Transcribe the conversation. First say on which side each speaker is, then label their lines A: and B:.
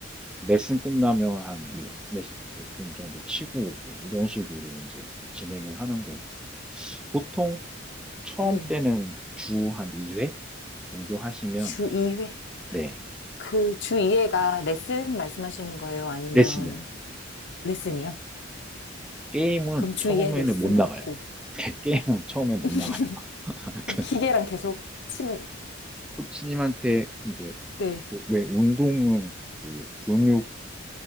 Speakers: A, in the centre; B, on the left.
A: 레슨 끝나면 한몇몇분 정도 치고 오고 이런 식으로 이제 진행을 하는 거고 보통 처음
B: 네.
A: 때는 주 한 2회 정도 하시면
B: 주 2회.
A: 네
B: 그 주 2회가 레슨 말씀하시는 거예요? 아니면
A: 레슨요.
B: 레슨이요?
A: 게임은
B: 그럼 주
A: 처음에는
B: 2회 레슨
A: 못 나가요.
B: 받고.
A: <laughs> 게임은 처음에 못
B: <laughs>
A: 나가요. <laughs>
B: 그럼 기계랑 계속 치면,
A: 코치님한테 이제
B: 네.
A: 그왜 운동은 그 근육